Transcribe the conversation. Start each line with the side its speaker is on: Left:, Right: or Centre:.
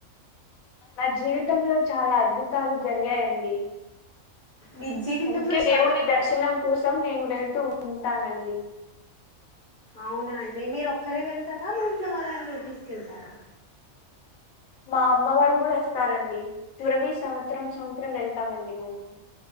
Left: నా జీవితంలో చాలా అద్భుతాలు జరిగాయండి.
Right: మీ జీవితంలో
Left: అందుకే
Right: చాలా
Left: దేవుని దర్శనం కోసం నేను వెళ్తూ ఉంటానండి.
Right: అవునా అండి మీరొక్కరే వెళ్తారా మీ ఇంట్లో వాళ్ళని కూడ తీసుకెళ్తారా.
Left: మా అమ్మ వాళ్ళు కూడా వస్తారండి తురవి సంవత్సరం సంవత్సరం వెళ్తామండి మేము.